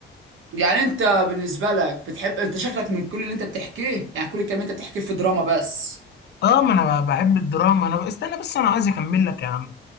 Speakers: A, on the right; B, on the left.
A: يعني انت بالنسبه لك بتحب انت شكلك من كل اللي انت بتحكيه يعني كل الكلام اللي انت بتحكيه في دراما بس
B: اه ما انا بحب الدراما انا استنى بس انا عايز اكمل لك يا عم